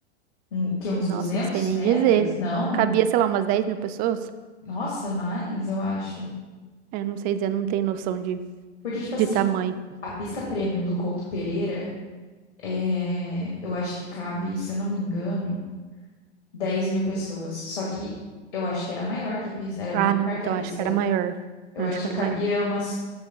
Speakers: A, on the left; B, on the right.
A: um, o quê? Uns
B: Nossa,
A: 200
B: não sei nem
A: metros?
B: dizer.
A: Não,
B: Cabia, sei lá, umas 10 mil pessoas?
A: nossa, mais, eu acho.
B: Eu não sei dizer, não tenho noção de,
A: Porque, tipo assim,
B: de tamanho.
A: a pista premium do Couto Pereira É, eu acho que cabe, se eu não me engano, 10 mil pessoas. Só que eu acho que era maior que a pista, era bem
B: Ah, não,
A: maior
B: então
A: que a pista.
B: acho que era maior.
A: Eu
B: Eu
A: acho
B: Acho que
A: que
B: era
A: cabia
B: maior.
A: umas